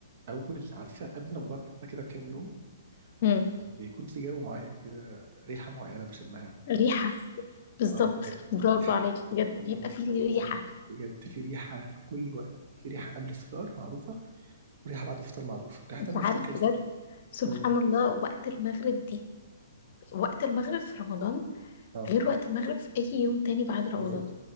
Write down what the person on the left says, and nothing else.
امم
ريحة بالظبط
برافو
عليك بجد
بيبقى فيه
ريحة
انت
عارف
بجد سبحان
الله وقت المغرب دي وقت المغرب في رمضان
غير وقت المغرب في اي يوم تاني بعد رمضان